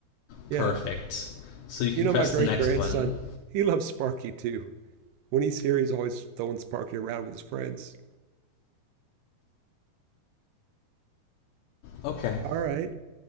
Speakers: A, on the right; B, on the left.
A: Yeah.
B: Perfect. So you can
A: You know
B: press
A: my great
B: the next
A: grandson.
B: button.
A: He loves Sparky too. When he's here he's always throwing Sparky around with his friends.
B: Okay.
A: All right.